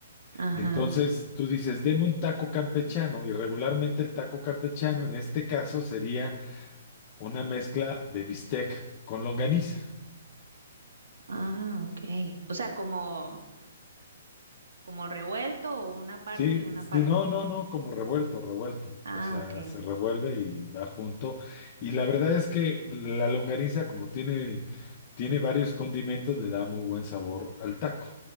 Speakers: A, on the right (about 75°); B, on the left (about 40°).
A: ajá.
B: Entonces, tú dices, deme un taco campechano, y regularmente el taco campechano en este caso sería una mezcla de bistec con longaniza.
A: Ah, ok. O sea, como como revuelto o una parte
B: Sí,
A: y una
B: sí,
A: parte.
B: no, no, no, como revuelto, revuelto.
A: Ah,
B: O sea,
A: ok.
B: se revuelve y va junto. Y la verdad es que la longaniza, como tiene, tiene varios condimentos, le da muy buen sabor al taco,